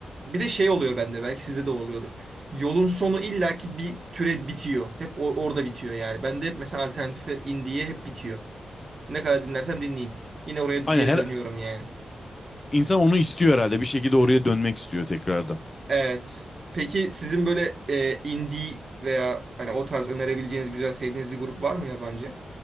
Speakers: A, on the right; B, on the left.
A: bir de şey oluyor bende belki sizde de oluyordur. Yolun sonu illaki bir türe bitiyor. Hep o- orada bitiyor yani. Bende hep mesela alternatife indiye hep bitiyor. Ne kadar dinlersem dinleyeyim. Yine oraya geri
B: Aynen her,
A: dönüyorum yani.
B: İnsan onu istiyor herhalde. Bir şekilde oraya dönmek istiyor tekrardan.
A: Evet. Peki sizin böyle e, indie veya hani o tarz önerebileceğiniz güzel sevdiğiniz bir grup var mı yabancı?